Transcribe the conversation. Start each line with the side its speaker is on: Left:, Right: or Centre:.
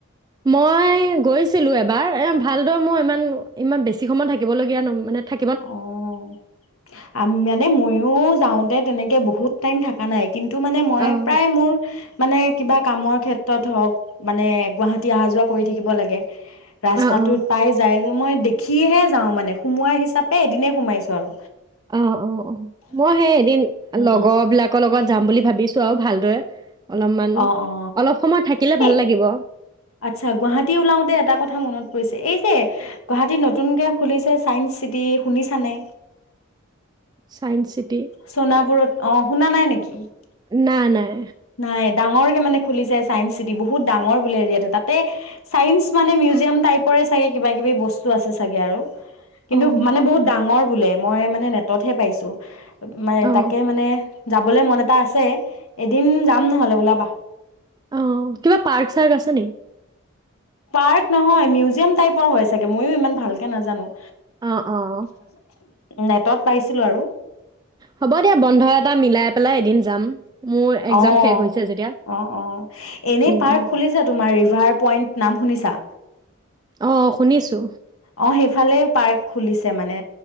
Right: মই গৈছিলো এবাৰ, এ ভালদৰ মোৰ ইমান ইমান বেছি সময় থাকিবলগীয়া ন, মানে থা
Left: অ', আমি মানে ময়ো যাওঁতে তেনেকে বহুত টাইম থাকা নাই। কিন্তু মানে মই
Right: অঁ
Left: প্ৰায় মোৰ মানে কিবা কামৰ ক্ষেত্ৰত হওঁক মানে গুৱাহাটী আহা যোৱা কৰি থাকিব লাগে। ৰাস্তাটোত
Right: অঁ অঁ
Left: পাই যায় মই দেখিহে যাওঁ মানে সোমোৱা হিচাপ এই এদিনেই সোমাইছো আৰু।
Right: অ', অ', অ', মই সেই এদিন
Left: উম
Right: লগৰ বিলাকৰ লগত যাম বুলি ভাবিছ চোৱাও ভালদৰে অলপমান
Left: অ অ
Right: অলপ সময় থাকিলে ভাল
Left: এই
Right: লাগিব
Left: আচ্ছা গুৱাহাটী ওলাওতে এটা কথা মনত পৰিছে এই এই গুৱাহাটীত নতুনকে খুলিছে চাইন্স চিটি শুনিছানে?
Right: চায়েন্স চিটি
Left: চনাবোৰত অ', শুনা নাই নেক <unintelligible>
Right: নাই, নাই।
Left: নাই ডাঙৰকে মানে খুলিছে ছাইস চিটি বহুত ডাঙৰ বোলে এৰিয়াটো তাতে চাইন্স মানে মিউজিয়াম টাইপৰে চাগে কিবা কিবি বস্তু আছে চাগে আৰু। কিন্তু
Right: অঁ
Left: মানে বহুত ডাঙৰ বোলে মই মানে নেটত হে পাইছো মান
Right: অঁ
Left: তাকে মানে যাবলৈ মন এটা আছে দিন যাম নহলে ওলাবা
Right: অ', কিবা পাৰ্ক চাৰ্ক আছে নেকি?
Left: পাৰ্ক নহয় মিউজিয়াম টাইপৰ হয় চাগে ময়ো ইমান ভালকে নাজানো
Right: অ', অ'।
Left: নেটত পাইছিলোঁ আৰু
Right: হ'ব দিয়া বন্ধ এটা মিলাই পেলাই এদিন যাম। মোৰ এক্সাম
Left: অ',
Right: শেষ হৈছে যেতিয়া
Left: অ', অ', এনে
Right: উম
Left: পাৰ্ক
Right: উম
Left: খুলিছে তোমাৰ ৰিভাৰ পইণ্ট নাম শুনিছা
Right: অ', শুনিছো।
Left: অ', সেইফালে পাৰ্ক খুলিছে মানে।